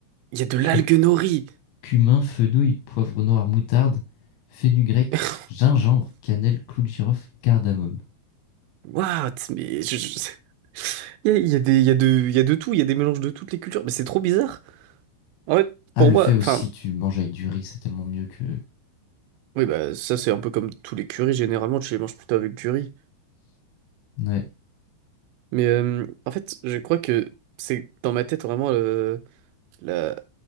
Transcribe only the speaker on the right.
Il y a de
l'algue nori.
<laughs>
What? Mais je- je- <laughs> Il y a, il y a des, il y a de, il y a de tout, il y a des mélanges de toutes les cultures, mais c'est trop bizarre. En fait,
pour
moi,
enfin,
oui, bah, ça c'est un peu comme tous les currys, généralement tu les manges plutôt avec du riz.
Mais euh, en fait, je crois que c'est dans ma tête vraiment euh, la,